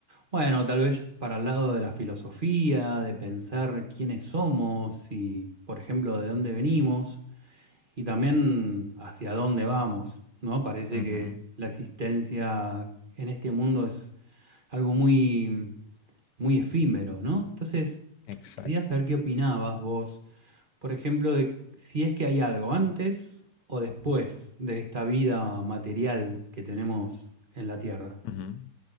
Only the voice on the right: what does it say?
bueno, tal vez para el lado de la filosofía, de pensar quiénes somos y, por ejemplo, de dónde venimos. Y también hacia dónde vamos, ¿no? Parece
que la existencia en este mundo es algo muy, muy efímero, ¿no? Entonces,
quería saber qué opinabas vos, por ejemplo, de si es que hay algo antes o después de esta vida material que tenemos en la Tierra.